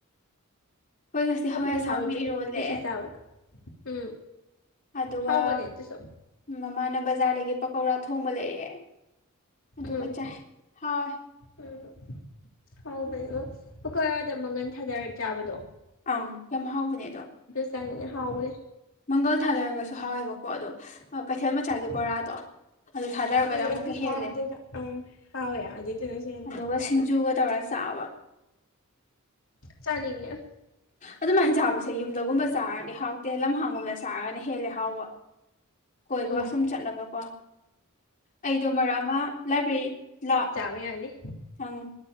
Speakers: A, on the left (about 40°); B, on the left (about 65°).
A: ꯑꯩꯈꯣꯏ ꯉꯁꯤ
B: ꯍꯥꯎꯕꯨꯗꯤ
A: ꯍꯋꯥꯏ ꯑꯁꯥꯡꯕꯤ
B: ꯍꯥꯎꯋꯦ
A: ꯏꯔꯣꯜꯂꯦ
B: ꯑꯩꯁꯨ ꯆꯥꯕꯗ ꯎꯝ
A: ꯑꯗꯨꯒ
B: ꯍꯥꯎꯕꯅꯦ ꯑꯗꯨꯁꯨ
A: ꯃꯃꯥꯅ ꯕꯖꯥꯔꯗꯒꯤ ꯄꯥꯀꯧꯔꯥ ꯊꯣꯡꯕ ꯂꯩꯔꯛꯑꯦ ꯑꯗꯨꯒ
B: ꯎꯝ
A: ꯆꯥꯏ ꯍꯥꯎꯋꯦ
B: ꯎꯝ ꯍꯥꯎꯕꯅꯦ ꯑꯃ ꯄꯥꯀꯧꯔꯗ ꯃꯪꯒꯟ ꯊꯥꯗꯥꯔꯒ ꯆꯥꯕꯗꯣ
A: ꯑꯪ ꯌꯥꯝ ꯍꯥꯎꯕꯅꯦ ꯑꯗꯣ
B: ꯆꯥꯅꯤꯡꯉꯦ ꯍꯥꯎꯕꯅꯦ
A: ꯃꯪꯒꯜ ꯊꯥꯗꯔꯒꯁꯨ ꯍꯥꯎꯋꯦꯕꯀꯣ ꯑꯗꯣ ꯀꯩꯊꯦꯜ ꯃꯆꯥꯒꯤ
B: ꯎꯝ
A: ꯕꯣꯔꯥꯗꯣ ꯑꯗꯨ ꯊꯥꯗꯔꯛꯒꯅ
B: ꯎꯝ
A: ꯑꯃꯨꯛꯀꯥ
B: ꯑꯗꯨꯁꯨ
A: ꯍꯦꯜꯂꯦ
B: ꯍꯥꯎ ꯑꯗꯨꯅ ꯎꯝ ꯍꯥꯎꯋꯦ ꯑꯗꯨꯏꯗꯨꯅꯁꯨ ꯍꯦꯟꯅ
A: ꯑꯗꯨꯒ
B: ꯍꯥꯎꯋꯦ
A: ꯁꯤꯡꯖꯨꯒ ꯇꯧꯔꯒ ꯆꯥꯕ
B: ꯆꯥꯅꯤꯡꯉꯦ
A: ꯑꯗꯨꯃꯥꯏꯅ ꯆꯥꯕꯁꯦ ꯌꯨꯝꯗꯒꯨꯝꯕ ꯆꯥꯔꯥꯗꯤ ꯍꯥꯎꯇꯦ ꯂꯝꯍꯥꯡꯒꯨꯝꯕꯗ ꯆꯥꯔꯒꯅ ꯍꯦꯜꯂꯦ ꯍꯥꯎꯕ ꯀꯣꯏꯕꯒ
B: ꯎꯝ
A: ꯁꯨꯝ ꯆꯠꯂꯒꯀꯣ ꯑꯩꯗꯣ ꯃꯔꯛ ꯑꯃ ꯂꯥꯏꯕ꯭ꯔꯦꯔꯤ ꯂꯥ
B: ꯑꯣꯏ ꯌꯥꯅꯤ
A: ꯅꯪ